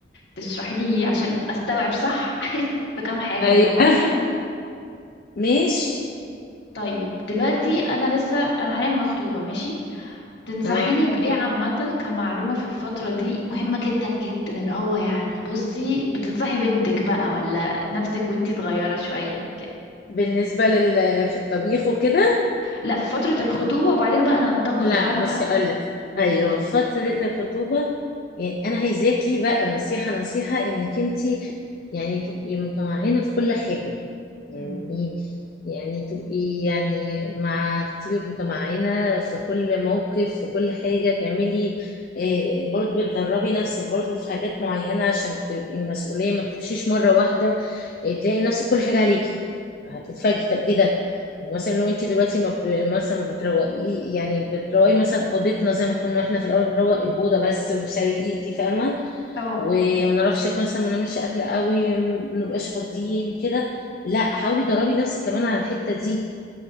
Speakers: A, on the left; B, on the left.
A: تشرحي لي عشان استوعب صح <laughs> في كام حاجة
B: ايوه
A: كده ممكن
B: <laughs> ماشي
A: طيب دلوقتي انا لسه انا حاليا مخطوبة ماشي تنصحيني
B: اه
A: بإيه عامة كمعلومة في الفترة دي مهمة جدا جدا اللي هو يعني بصي بتنصحي بنتك بقى ولا نفسك وانتي صغيرة شوية كده
B: بالنسبة لل في الطبيخ وكده
A: لا في فترة الخطوبة وبعدين بقى ننتقل
B: لا
A: فاهمة
B: بصي اقولك
A: امم
B: ايوه
A: قوليلي
B: فترة الخطوبة يعني انا عايزاكي بقى نصيحة نصيحة انك انتي يعني تبقي متمعنة في كل حاجة يعني
A: امم
B: ايه يعني تبقي يعني مع خطيبك متمعنة في كل موقف في كل حاجة تعملي إيه برضو بتدربي نفسك برضو في حاجات معينة عشان تبقي المسؤولية ما تخشيش مرة واحدة إيه تلاقي نفسك كل حاجة عليكي هتتفاجئي طب ايه ده يعني مثلا لو انت دلوقتي ما ب... مثلا ما بتروقي يعني بتروقي مثلا اوضتنا زي ما كنا احنا في الاول نروق الاوضه بس ومش عارف ايه انت فاهمه
A: اه
B: وما نعرفش مثلا ما نعملش اكل قوي ما نبقاش فاضيين كده لا حاولي دربي نفسك كمان على الحته دي